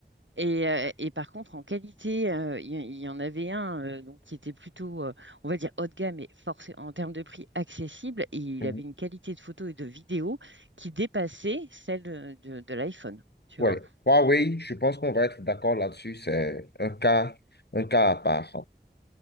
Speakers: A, on the right (about 85°); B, on the left (about 60°).
A: Et, euh, et par contre, en qualité, euh, il y, il y en avait un euh, donc, qui était plutôt, euh, on va dire, haut de gamme, mais forcé, en termes de prix accessible. Et il
B: Mhm.
A: avait une qualité de photo et de vidéo qui dépassait celle de, de- de l'iPhone, tu
B: Ouais.
A: vois.
B: Huawei, je pense qu'on va être d'accord là-dessus. C'est un cas, un cas à part,